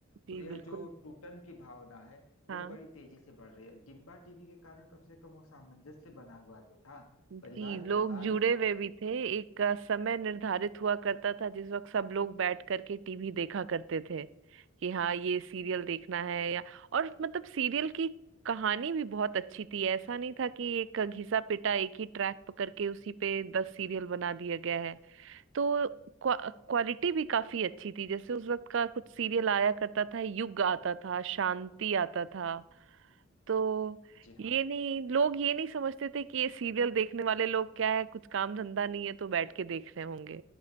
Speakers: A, on the right; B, on the left.
A: जी
B: तो यह
A: बिल्कुल
B: जो टूटन की भावना है
A: हाँ
B: यह बड़ी तेजी से बढ़ रही है डिब्बा टीवी के कारण कम से कम वो सामंजस्य बना हुआ तो था
A: जी
B: परिवार
A: लोग
B: परिवार
A: जुड़े
B: बना
A: हुए
B: हुआ
A: भी
B: था
A: थे एक अ, समय निर्धारित हुआ करता था जिस वक्त सब लोग बैठ करके टीवी देखा करते थे कि हाँ ये सीरियल देखना है या और मतलब सीरियल की कहानी भी बहुत अच्छी थी ऐसा नहीं था कि एक घिसा पिटा एक ही ट्रैक पकड़ के उसी पे दस सीरियल बना दिया गया है तो क्वा, क्वालिटी भी काफी अच्छी थी जैसे उस वक्त का कुछ सीरियल आया करता था युग आता था शांति आता था तो
B: जी हाँ
A: ये नहीं लोग ये नहीं समझते थे कि ये सीरियल देखने वाले लोग क्या है कुछ काम धंधा नहीं है तो बैठ के देख रहे होंगे